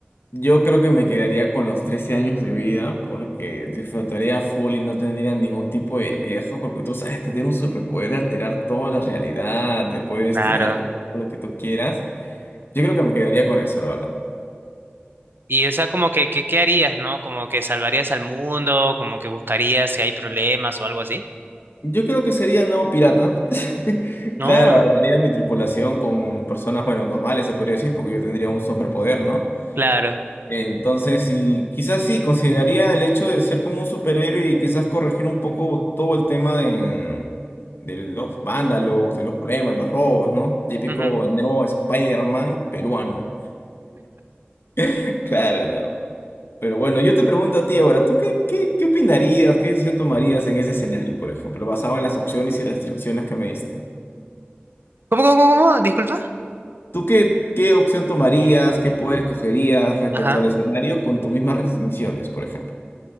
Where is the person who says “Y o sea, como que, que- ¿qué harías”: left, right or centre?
Right